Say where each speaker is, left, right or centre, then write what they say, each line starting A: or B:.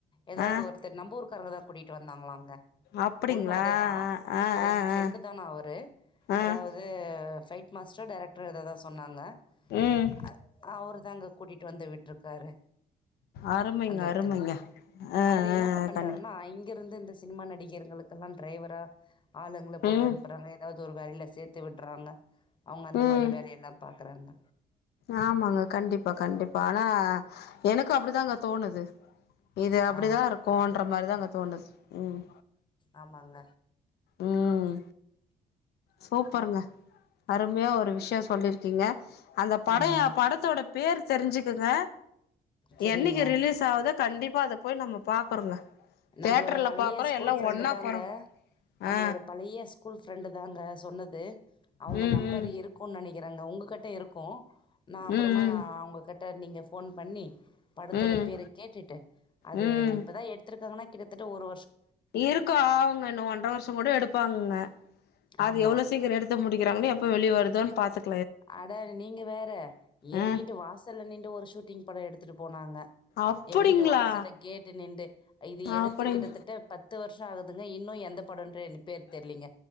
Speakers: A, on the left; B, on the left.
A: எதாவது
B: ஆ
A: ஒருத்தர் நம்ப ஊருக்காரங்கதா கூட்டிட்டு வந்தாங்களாங்க
B: அப்டிங்களா
A: உண்மை அதுதா
B: ஆ
A: அவருக்கு
B: ஆ
A: ஃப்ரெண்டு
B: ஆ
A: தானா அவரு
B: ஆ
A: அதாவது ஃபைட் மாஸ்டரா டேரக்டர் எதோதா சொன்னாங்க
B: ம்
A: அ அவரு தாங்க கூட்டிட்டு வந்து விட்டுருக்காரு
B: அருமைங்க
A: அந்த இடத்துல
B: அருமைங்க ஆ
A: அவரு
B: ஆ
A: என்ன பண்றாருன்னா
B: கண்
A: இங்க இருந்து இந்த சினிமா நடிகர்களுக்கெல்லா டிரைவரா ஆளுங்கள போட்டு
B: ம்
A: அனுப்புறாங்க எதாவது ஒரு வேலையில சேத்து விட்டுறாங்க அவுங்க அந்த
B: ம்
A: மாரி வேலையெல்லாம் பாக்குறாங்க
B: ஆமாங்க கண்டிப்பா கண்டிப்பா ஆனா எனக்கு அப்படிதாங்க தோணுது இது அப்படிதா
A: ஆ
B: இருக்கும்ன்ற மாரிதாங்க தோணுது ம்
A: ஆமாங்க
B: ம் சூப்பருங்க அருமையா ஒரு விஷயோ சொல்லிருக்கீங்க அந்த பட
A: ஆமாங்க.
B: படத்தோட பேர் தெரிஞ்சுக்குங்க
A: சரிங்க
B: என்னைக்கு ரிலீஸ் ஆகுதோ கண்டிப்பா அத போய் நம்ம பாக்குறோங்க
A: நம்பளோட
B: தேட்டர்ல
A: பழைய
B: பாக்குறோ
A: ஸ்கூல்
B: எல்லா
A: ஃப்ரெண்டு
B: ஒன்னா
A: தாங்க
B: போறோ
A: நம்மளோட
B: ஆ
A: பழைய ஸ்கூல் ஃப்ரெண்டு தாங்க சொன்ன அவுங்க
B: ம்
A: நம்பர்
B: ம்
A: இருக்குன்னு நினைக்கிறேங்க உங்ககிட்ட இருக்கு நா அப்புறமா
B: ம்
A: நா உங்க கிட் நீங்க ஃபோன் பண்ணி படத்தோட
B: ம் ம்
A: பேர கேட்டுட்டு அது
B: ம்
A: இப்பதா எடுத் துருக்காங்கனா கிட்டத்தட்ட ஒரு
B: இருக்கு ஆவுங்க இன்னு ஒன்ற வருஷ கூட எடுப்பாங்கங்க அது
A: ஆமாம்
B: எவ்ளோ சீக்கிர எடுத்து முடிக்குறாங்கனு எப்ப வெளி வருதோனு பாத்துட்
A: அட நீங்க வேற ஏ
B: ஆ
A: வீட்டு வாசல்ல நின்னு ஒரு ஷூட்டிங் பட எடுத்துட்டு போனாங்க
B: அப்டிங்களா
A: ஏ வீட்டு வாசல்ல கேட்டு நின்டு இது எடுத்து
B: அப்டிங்
A: கிட்டத்தட்ட பத்து வருஷோ ஆகுதுங்க இன்னு எந்த படோன்ற எனக்கு பேர் தெர்லீங்க